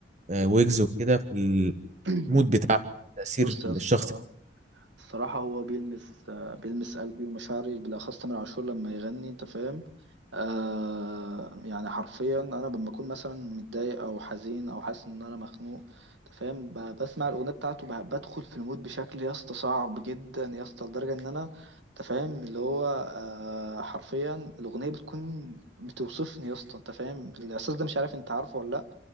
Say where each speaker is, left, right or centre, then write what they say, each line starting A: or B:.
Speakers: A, on the right (about 40°); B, on the right (about 75°).
A: آه، ويجز وكده في المود
B: <laughs>
A: بتاع تاثير
B: بص يا اسطى
A: الشخص
B: الصراحة هو بيلمس آه، بيلمس قلبي ومشاعري بالأخص تامر عاشور لما يغني أنت فاهم آه يعني حرفيا أنا لما أكون مثلا متضايق أو حزين أو حاسس إن أنا مخنوق أنت فاهم ب- بسمع الأغنية بتاعته ب- بدخل في المود بشكل يا اسطى صعب جدا يا اسطى لدرجة إن أنا أنت فاهم اللي هو آه حرفيا الأغنية بتكون بتوصفني يا اسطى أنت فاهم الإحساس ده مش عارف أنت عارفه ولا لأ